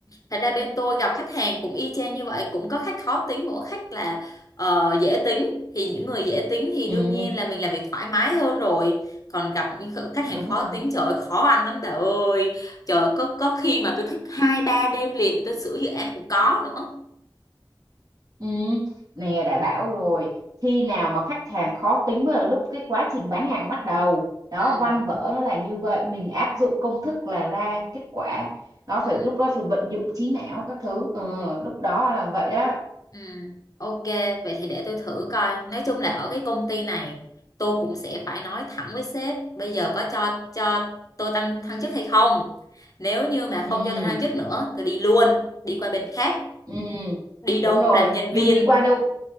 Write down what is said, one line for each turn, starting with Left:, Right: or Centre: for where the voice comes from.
Left: thật ra bên tôi gặp khách hàng cũng y chang như vậy cũng có khách khó tính cũng có khách là ờ, dễ tính thì những người dễ tính thì
Right: ừ
Left: đương nhiên là mình làm việc thoải mái hơn rồi còn gặp những kh- khách
Right: đúng
Left: hàng khó
Right: rồi
Left: tính trời ơi, khó ăn lắm bà ơi trời ơi, có có khi mà tôi thức hai ba đêm liền để tôi sửa dự án cũng có nữa
Right: ừ nè đã bảo rồi khi nào mà khách hàng khó tính mới là lúc cái quá trình bán hàng bắt đầu đó
Left: ừ
Right: văn vở nó là như vậy mình áp dụng công thức là ra kết quả đó
Left: ừ
Right: phải lúc đó phải vận dụng trí não các thứ ừ, lúc đó là vậy đó
Left: Ừ, ok, vậy thì để tôi thử coi. Nói chung là ở cái công ty này, tôi cũng sẽ phải nói thẳng với sếp, bây giờ có cho cho tôi tăng thăng chức hay không? Nếu như mà
Right: ừ
Left: không cho tôi thăng chức nữa, tôi đi luôn, đi qua bên khác,
Right: ừ
Left: đi đâu
Right: đúng rồi
Left: cũng làm nhân
Right: dù
Left: viên.
Right: gì qua đâu